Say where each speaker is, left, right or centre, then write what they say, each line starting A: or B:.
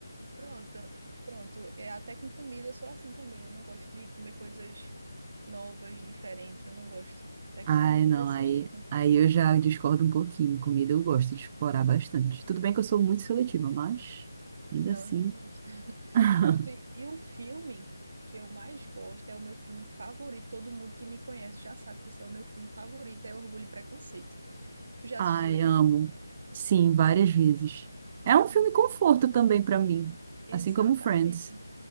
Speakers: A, on the right (about 45°); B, on the right (about 25°).
A: Pronto, pronto. É, até com comida eu sou assim também. Eu não gosto de comer coisas novas, diferentes. Eu não gosto. Até
B: Ai,
A: com comida
B: não,
A: é desse
B: aí,
A: jeito.
B: aí eu já discordo um pouquinho. Comida eu gosto de explorar bastante. Tudo bem que eu sou muito seletiva, mas ainda
A: Não,
B: assim.
A: eu não gosto. <laughs>
B: <laughs>
A: Pronto. E, e o filme que eu mais gosto é o meu filme favorito. Todo mundo que me conhece já sabe que esse é o meu filme favorito, é Orgulho e Preconceito. Tu já
B: Ai,
A: assistiu ele?
B: amo. Sim, várias vezes. É um
A: Pronto,
B: filme conforto
A: esse.
B: também pra mim,
A: Exatamente.
B: assim como Friends.